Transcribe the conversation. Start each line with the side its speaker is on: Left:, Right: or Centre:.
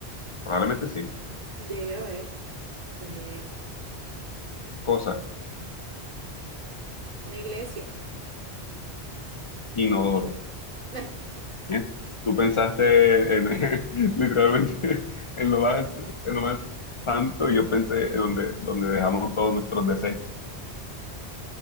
Left: Probablemente sí.
Right: Debe haber, pero ni idea.
Left: Cosa.
Right: Una iglesia.
Left: Inodoro.
Right: <laughs>
Left: Bien. Tú pensaste en, <laughs> literalmente en lo más, en lo más santo y yo pensé en donde, donde dejamos todos nuestros desechos.